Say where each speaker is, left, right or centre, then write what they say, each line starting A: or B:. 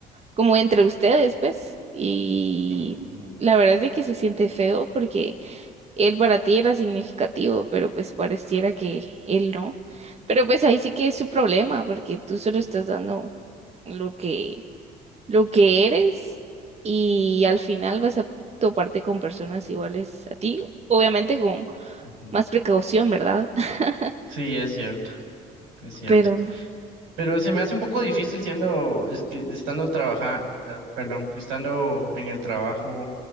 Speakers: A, on the right; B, on the right.
A: como entre ustedes, pues. Y
B: Mm,
A: la verdad es de que se siente feo porque él para ti era significativo, pero pues pareciera que él no. Pero pues ahí sí que es su problema, porque tú solo estás dando lo que lo que eres y al final vas a toparte con personas iguales a ti, obviamente con
B: ujú.
A: más precaución, ¿verdad? <laughs>
B: Sí, es cierto, es cierto.
A: Pero,
B: Pero se me hace un poco difícil siendo, es que estando trabaja, ah, perdón, estando en el trabajo